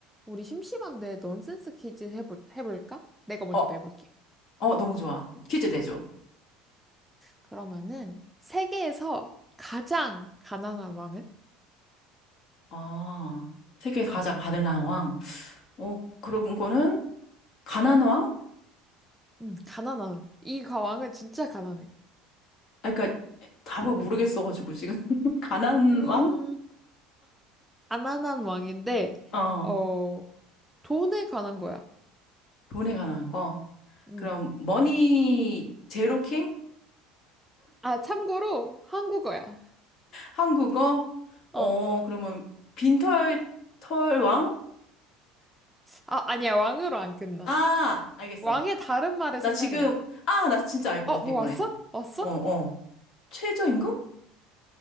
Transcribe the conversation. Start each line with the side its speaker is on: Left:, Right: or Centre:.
Centre: 우리 심심한데 넌센스 퀴즈 해볼, 해볼까? 내가 먼저
Left: 어,
Centre: 내볼게.
Left: 어, 너무 좋아. 퀴즈 내줘.
Centre: 그러면은 세계에서 가장 가난한 왕은?
Left: 아, 세계 가장 가난한 왕. 어, 그런 거는 가난 왕?
Centre: 음, 가난한. 이 가- 왕은 진짜 가난해.
Left: 아, 그러니까 답을 모르겠어가지고 지금 <laughs> 가난
Centre: 음,
Left: 왕?
Centre: 가난한 왕인데
Left: 어,
Centre: 어 돈에 관한 거야.
Left: 돈에 관한 거.
Centre: 음.
Left: 그럼 머니 제로 킹?
Centre: 아, 참고로 한국어야.
Left: 한국어? 어,
Centre: 어.
Left: 그러면 빈털 털 왕?
Centre: 아, 아니야. 왕으로 안 끝나.
Left: 아, 알겠어.
Centre: 왕의 다른 말을
Left: 나
Centre: 생각을
Left: 지금
Centre: 해봐.
Left: 아, 나 진짜 알 것
Centre: 어,
Left: 같아
Centre: 뭐
Left: 이번에.
Centre: 왔어? 왔어?
Left: 어, 어. 최저임금?